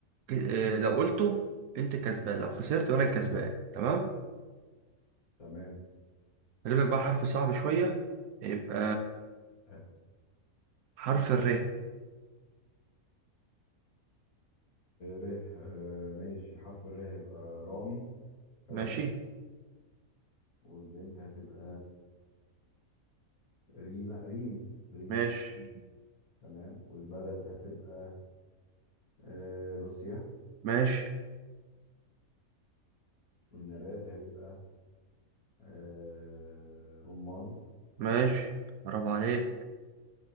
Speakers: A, on the right (about 90°); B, on the left (about 85°).
A: ك- آه، لو قلته انت كسبان لو خسرت وانا كسبان تمام
B: تمام
A: هجيب لك بقى حرف صعب شوية يبقى
B: آه
A: حرف الر
B: ر آه ماشي حرف الر هيبقى رامي كولد
A: ماشي
B: والبنت هتبقى ريما ريم ريم
A: ماشي
B: تمام والبلد هتبقى آه، روسيا
A: ماشي
B: والنبات هيبقى آه، رمان
A: ماشي برافو عليك